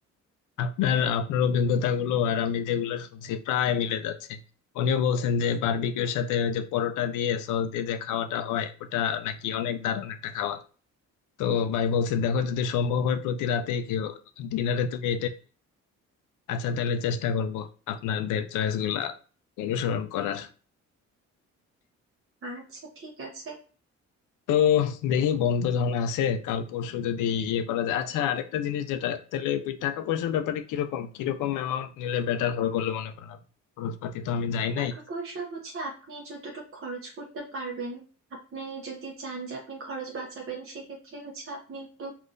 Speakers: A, on the left; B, on the right.
A: আপনার আপনার অভিজ্ঞতাগুলো আর আমি যেগুলো শুনছি প্রায় মিলে যাচ্ছে উনিও বলছেন যে বারবিকিউর সাথে ওই যে পরোটা দিয়ে সস দিয়ে যে খাওয়াটা হয় ওটা নাকি অনেক দারুণ একটা খাওয়া তো ভাই বলছে দেখো যদি সম্ভব হয় প্রতি রাতেই খেও ডিনারে তুমি আচ্ছা তাহলে চেষ্টা করব আপনাদের চয়েস গুলা অনুসরণ করার
B: আচ্ছা ঠিক আছে
A: তো দেখি বন্ধ যখন আছে কাল পরশু যদি ইয়ে করা যায় আচ্ছা আরেকটা জিনিস যেটা তাহলে ওই টাকা পয়সার ব্যাপারে কিরকম কিরকম অ্যামাউন্ট নিলে বেটার হবে বলে মনে করেন আপনি? খরচপাতি তো আমি যাই
B: টাকা
A: নাই
B: পয়সা হচ্ছে আপনি যতটুকু খরচ করতে পারবেন আপনি যদি চান যে আপনি খরচ বাঁচাবেন সেক্ষেত্রে হচ্ছে আপনি একটু